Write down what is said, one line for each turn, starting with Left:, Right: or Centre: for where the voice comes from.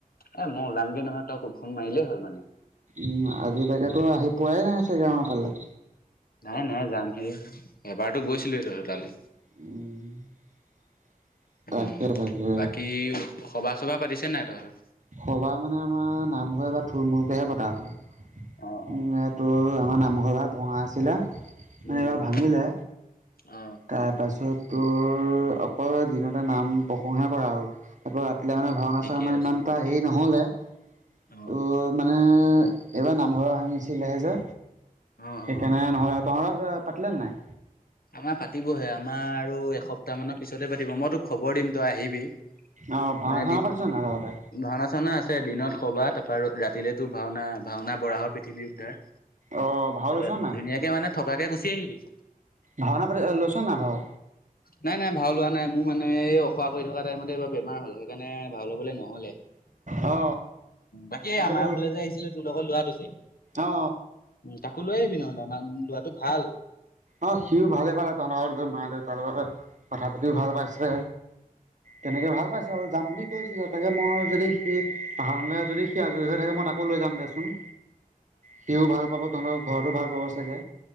Left: এ মই ওলামগে নহয় তোক ফোন মাৰিলেই হ'ল মানে
Right: উম আজিলৈকেতো আহি পোৱাই নাই চাগে আমাৰ ফালে
Left: নাই নাই যাম সে এবাৰতো গৈছিলোহ তহঁতৰ তালৈ।
Right: উম
Left: উম
Right: তাকে তাকে
Left: বাকী সভা- চভা পাতিছে নাই তহঁতৰ?
Right: সভা মানে আমাৰ নামঘৰ এটা থুলমুলকেহে পতা হল
Left: অ', অ',
Right: উম তোৰ আমাৰ নামঘৰ এটা ভঙা আছিলে মানে
Left: উম
Right: এইবাৰ
Left: উম,
Right: ভাঙিলে
Left: অ',
Right: তাৰপাছত তোৰ অকল দিনতে নাম প্ৰসংসা কৰা হ'ল। তাৰপৰা ৰাতিলে মানে
Left: অ',
Right: ভাওনা
Left: অ', ঠিকেই
Right: -চাওনা
Left: আছে
Right: ইমান এটা
Left: ঠিকে
Right: হেৰি
Left: আছে
Right: নহলে ত'
Left: অ',
Right: মানে এইবাৰ নামঘৰ ভাঙিছিলেহে যে
Left: অ',
Right: সেইকাৰণে
Left: অ', অ'।
Right: নহলে। তহঁতৰ পাতিলেনে নাই?
Left: না পাতিবহে আমাৰ আৰু এসপ্তাহ মানৰ পিছতে পাতিব মই তোক খবৰ দিম তই আহিবি।
Right: অ', ভাওনা
Left: মানে
Right: চাওনা পাতিছ নাই লগতে?
Left: ভাওনা -চাওনা আছে ছে দিনত সবা তাৰপৰা ৰাতিলেতো ভাওনা ভাওনা বৰাহৰ পৃথিৱী উদ্ধাৰ
Right: অ', ভাও লৈছ
Left: ত
Right: নাই?
Left: ধুনীয়াকে মানে থকাকে গুচি আহিবি।
Right: ভাওনা পাতি লৈছ নাই ভাও?
Left: নাই নাই ভাও লোৱা নাই মোৰ মানে এই অসোৱা কৰি থকা টাইমতে এইবাৰ বেমাৰ হ'ল সেইকাৰণে ভাও লবলৈ নহলে।
Right: অ
Left: বাকী
Right: তাকেতো
Left: আমাৰ ঘৰলে যে আহিছিলে তোৰ লগত লোৱাটো যে
Right: অ
Left: উম তাকো লৈ আহিবি নহ'লে ম লৰাটো ভাল।
Right: অ সিও ভালে পালে ত লগত গৈ মা দেউতাৰ লগত কথা পাতিও ভাল পাইছে, তেনেকে ভাল পাইছে আৰু যাম বুলি কৈছিলে তাকে মই যদি সি পাৰেনলৈ যদি সি আজৰি হৈ থাকে। মই তকো লৈ যাম দেচোন সিও ভাল পাব তহঁতৰ ঘৰতো ভাল পাব চাগে।